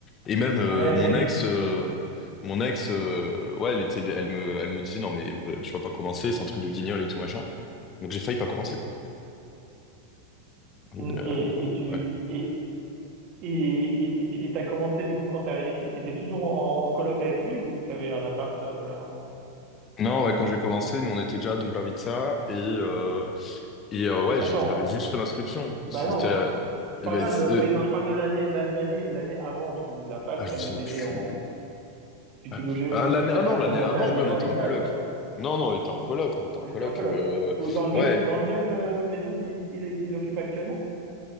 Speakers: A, on the left; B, on the right.
A: Et même euh,
B: Ouais.
A: mon ex, euh, mon ex, euh, ouais, elle était, elle me, elle me disait, non, mais euh, tu vas pas commencer, c'est un truc de guignol et tout machin. Donc j'ai failli pas commencer. Et,
B: Ok,
A: euh,
B: et
A: de-
B: tu
A: ouais.
B: et et et et tu- et t'as commencé du coup quand t'es arrivé, chez- t'étais toujours en coloc avec lui ou t'avais un appart euh, avant
A: Non, ouais, quand j'ai commencé, nous on était déjà à Dobrovica et euh, et euh, ouais,
B: Attends,
A: j'ai- j'avais juste fait l'inscription.
B: bah
A: C'était
B: non,
A: euh,
B: je
A: eh
B: parle
A: ben,
B: pas
A: c'est-
B: de.
A: euh,
B: Oui, non, je parle de l'année la- l'année l'année avant du coup de la fac,
A: ah je
B: celle
A: sais
B: où t'étais
A: plus.
B: en. Tu
A: Ah,
B: tu logeais
A: je-
B: où?
A: ah, l'année
B: Tu t'as
A: ah
B: pas
A: non,
B: commencé
A: l'année avant,
B: à Dubravista,
A: oui, on était en coloc.
B: toi?
A: Non, non, on était en coloc, on était en
B: T'étais
A: coloc.
B: en coloc
A: euh,
B: ou dans le
A: ouais,
B: même dans le même euh, maison qu'il qu'il qu'il occupe actuellement?